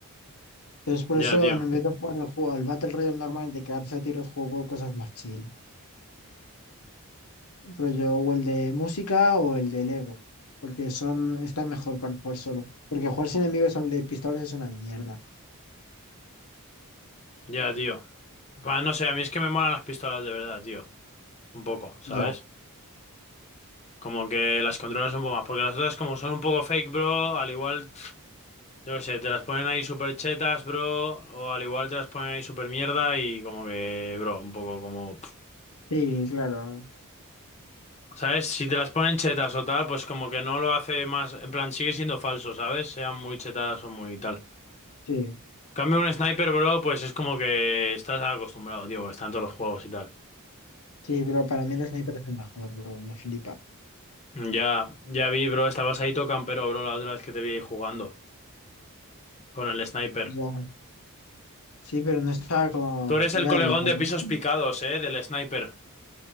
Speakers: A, on the left; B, on the left.
A: Entonces, por
B: Ya,
A: eso,
B: tío.
A: en vez de jugar el juego, al Battle Royale normal de cagarse a tiros, juego cosas más chill. Rollo, o el de música o el de Lego, porque son, está mejor para jugar solo. Porque jugar sin amigos al de pistolas es una mierda.
B: Ya, tío. Va, no sé, a mí es que me molan las pistolas de verdad, tío. Un poco, ¿sabes?
A: Ya.
B: Como que las controlas un poco más. Porque las otras, como son un poco fake, bro, al igual, pf, yo qué sé, te las ponen ahí super chetas, bro. O al igual te las ponen ahí super mierda y como que, bro, un poco como... pf,
A: Sí, claro,
B: ¿Sabes? Si te las ponen chetas o tal, pues como que no lo hace más... En plan, sigue siendo falso, ¿sabes? Sean muy chetas o muy tal.
A: sí,
B: Cambio un sniper, bro, pues es como que estás acostumbrado, tío, porque está en todos los juegos y tal.
A: sí, pero para mí el sniper es el mejor, bro, me flipa.
B: Ya, ya vi, bro. Estabas ahí todo campero, bro, la otra vez que te vi ahí jugando con el sniper.
A: Ya, sí, pero no estaba con,
B: Tú eres
A: era
B: el colegón
A: el favorito.
B: de pisos picados, eh, del sniper.